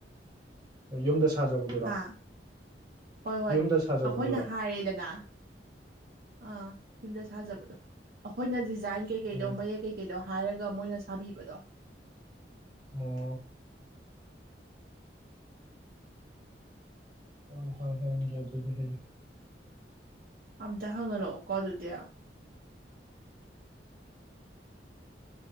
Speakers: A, on the right; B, on the right.
A: ꯌꯨꯝꯗ ꯁꯥꯖꯕꯗꯨꯔꯣ
B: ꯍꯥ ꯍꯣꯏ ꯍꯣꯏ
A: ꯌꯨꯝꯗ ꯁꯥꯖꯕꯗꯨꯔꯣ
B: ꯑꯈꯣꯏꯅ ꯍꯥꯏꯔꯦꯗꯅ ꯑꯥ ꯌꯨꯝꯗ ꯁꯥꯖꯕꯗꯣ ꯑꯈꯣꯏꯅ ꯗꯤꯖ ꯖꯥꯏꯟ ꯀꯩꯀꯩꯗꯣ
A: ꯎꯝ
B: ꯃꯌꯦꯛ ꯀꯩꯀꯩꯗꯣ ꯍꯥꯏꯔꯒ ꯃꯣꯏꯅ ꯁꯥꯕꯤꯕꯗꯣ
A: ꯑꯣ ꯍꯣꯏ ꯍ ꯍꯪꯒꯦ ꯑꯗꯨꯗꯤ ꯍꯌꯦꯡ
B: ꯑꯝꯇ ꯍꯪꯍꯜꯂꯛꯑꯣꯀꯣ ꯑꯗꯨꯗꯤ